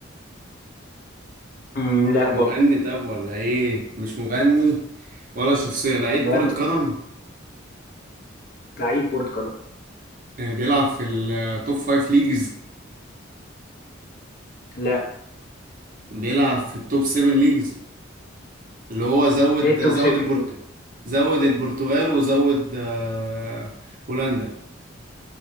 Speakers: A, on the left; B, on the right.
A: أمم، لا
B: مغني
A: برضه
B: طب ولا ايه مش مغني ولا شخصية لعيب
A: لا
B: كرة قدم
A: لعيب كرة قدم
B: آه، بيلعب في التوب فايف ليجز
A: لا
B: بيلعب في التوب سيفن ليجز اللي هو زود
A: ايه التوب
B: زود
A: 7
B: البرت
A: دول
B: زود البرتغال وزود آه، هولندا